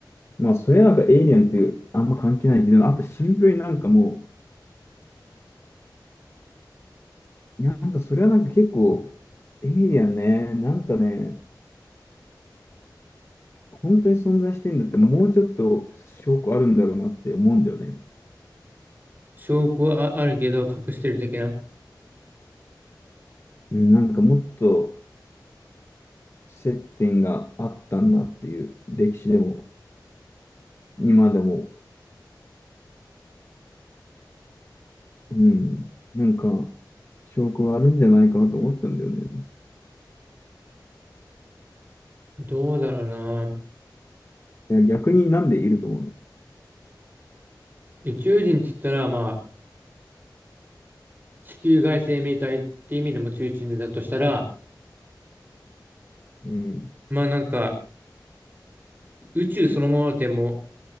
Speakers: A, on the left (about 35°); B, on the right (about 25°).
A: まあ、それはなんかエイリアンっていうあんま関係ないけど、あとシンプルになんかもう、なんかそれはなんか結構、エイリアンね、なんかね、本当に存在してんだって、もうちょっと証拠あるんだろうなって思うんだよね。
B: 証拠はああるけど隠してる的な。
A: うん、なんかもっと接点があったんだっていう歴史でも、今でも、うん、なんか証拠があるんじゃないかなと思っちゃうんだよね。
B: どうだろうな。
A: いや逆になんでいると思うの
B: 宇宙人って言ったら、まあ、地球外生命体って意味でも宇宙人だとしたら、
A: うん、
B: まあなんか、宇宙そのものっても